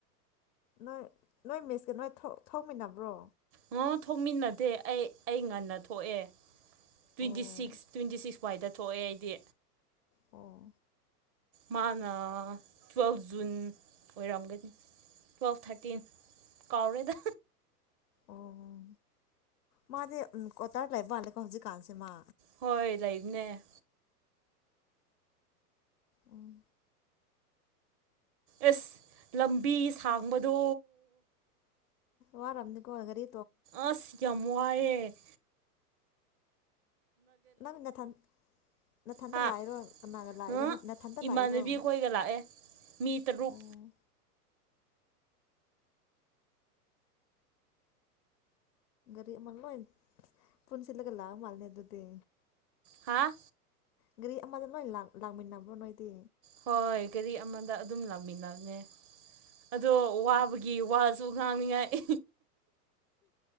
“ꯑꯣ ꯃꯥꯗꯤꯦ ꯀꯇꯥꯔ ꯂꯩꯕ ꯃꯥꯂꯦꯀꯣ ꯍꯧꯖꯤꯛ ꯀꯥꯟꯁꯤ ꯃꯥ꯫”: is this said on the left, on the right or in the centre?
Left